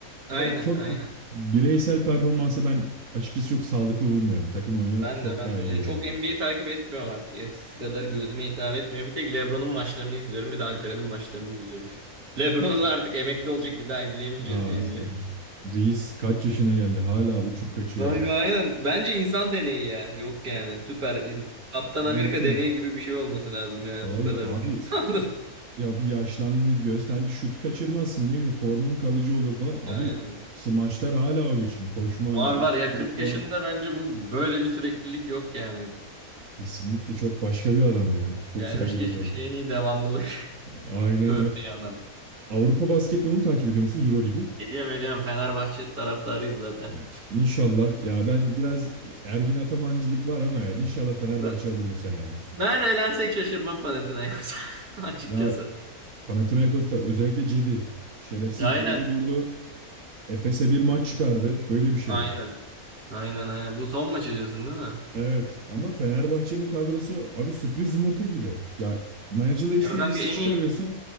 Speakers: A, on the right; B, on the right.
A: Aynen
B: Ya o çok
A: aynen.
B: bireysel performansı ben açıkçası çok sağlıklı bulmuyorum. Takım oyunu
A: Ben
B: çok
A: de ben
B: daha
A: de.
B: iyidir
A: Ya Çok
B: yani.
A: NBA takip etmiyorum artık. Eskisi kadar gözüme hitap etmiyor. Bir tek LeBron'un maçlarını izliyorum. Bir de Alperen'in maçlarını izliyorum. <laughs> LeBron'u
B: A-
A: da artık emekli olacak bir daha izleyemeyeceğiz
B: Ha,
A: diye izliyorum.
B: of. Reis kaç yaşına geldi hala uçup kaçıyor
A: Kanka
B: ya.
A: aynen. Bence insan deneyi ya. Yok yani. Süper. Kaptan
B: <laughs> Mümkün.
A: Amerika deneyi gibi bir şey olması lazım yani.
B: Vallahi
A: Bu kadar.
B: abi
A: böyle.
B: ya bir yaşlandığını gösterdi. Şut kaçırmazsın ne bileyim formun kalıcı olur
A: <laughs>
B: falan. Abi
A: Aynen.
B: smaçlar hala o biçim. Koşma, oyun
A: Var var ya
B: görüşü
A: 40 yaşında
B: falan.
A: bence bu böyle bir süreklilik yok yani.
B: Kesinlikle çok başka bir adam ya. Çok
A: Gelmiş
B: saygı
A: geçmiş
B: duyuyorum.
A: en iyi devamlılık
B: Aynen
A: <laughs> örneği
B: öyle.
A: adam.
B: Avrupa basketbolunu takip ediyor musun? Euroligi?
A: Ediyorum ediyorum Fenerbahçe taraftarıyız zaten.
B: Ya inşallah. Ya ben biraz Ergin Atamancılık var ama ya inşallah Fenerbahçe
A: Ben,
B: alır bu sene ya.
A: ben eğlensek şaşırmam Panathinaikos'a <laughs> açıkçası.
B: Ya Panathinaikos'ta özellikle Cedi şerefsiz
A: Aynen
B: durdu durdu. Efes'e bir maç çıkardı. Böyle bir şey
A: aynen.
B: yok.
A: Aynen aynen. Bu son maçı diyorsun değil mi?
B: Evet ama Fenerbahçe'nin kadrosu abi sürpriz yumurta gibi. Ya Nigel Davis'i
A: Ya kanka en
B: çıkarıyorsun.
A: iyi